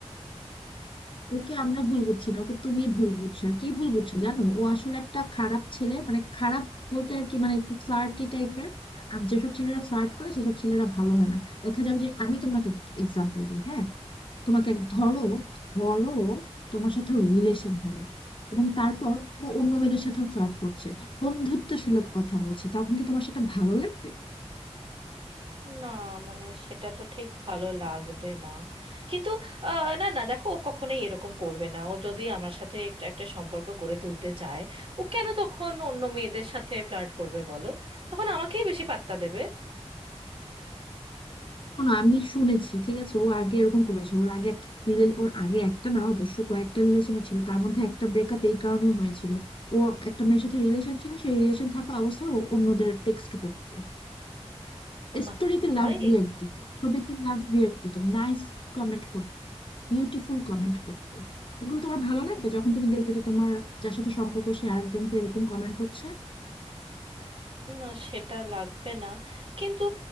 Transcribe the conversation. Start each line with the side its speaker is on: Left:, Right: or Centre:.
Left: ওকে আমরা ভুল বুঝছি না ওকে তুমি ভুল বুঝছো আর কি ভুল বুঝছো জানো ও আসলে একটা খারাপ ছেলে মানে খারাপ বলতে আর কি মানে একটু ফ্লার্টি টাইপের আর যেসব ছেলেরা ফ্লার্ট করে সেসব ছেলেরা ভালো হয় না দেখা যাবে যে আমি তোমাকে এক্সাম্পল দিই হ্যাঁ তোমাকে এক- ধরো ধরো তোমার সাথে রিলেশন হলো এবং তারপর ও অন্য মেয়েদের সাথেও ফ্লার্ট করছে বন্ধুত্ব সুলভ কথা বলছে তখন কি তোমার সেটা ভালো লাগবে
Right: না মানে সেটা তো ঠিক ভালো লাগবে না কিন্তু আহ, না না দেখো ও কখনোই এরকম করবে না ও যদি আমার সাথে একটা একটা সম্পর্ক গড়ে তুলতে চায় ও কেন তখন অন্য মেয়েদের সাথে ফ্লার্ট করবে বলো তখন আমাকেই বেশি পাত্তা দেবে
Left: শোনো আমি শুনেছি ঠিক আছে ও আগে এরকম করেছে ওর আগে একটা রিলে- ওর আগে একটা না অবশ্য কয়েকটা রিলেশনে ছিল তার মধ্যে একটা ব্রেকআপ এই কারণে হয়েছিল ও একটা মেয়ের সাথে রিলেশন ছিল সেই রিলেশন থাকা অবস্থায় ও অন্যদের টেক্সট করতো
Right: ওমা
Left: স্টোরিতে
Right: তাই
Left: লাভ রিয়াক্ট দিত ছবিতে লাভ রিয়াক্ট দিত নাইস কমেন্ট করতো বিউটিফুল কমেন্ট করতো ওগুলো তোমার ভালো লাগবে যখন তুমি দেখবে যে তোমার যার সাথে সম্পর্ক সে আরেকজনকে এরকম কমেন্ট করছে
Right: না সেটা লাগবে না কিন্তু